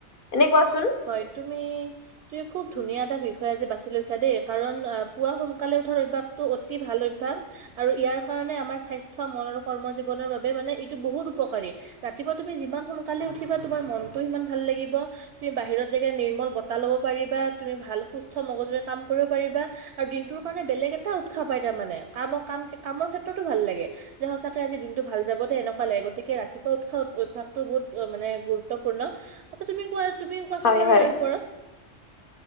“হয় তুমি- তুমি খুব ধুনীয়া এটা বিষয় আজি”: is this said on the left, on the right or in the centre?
Right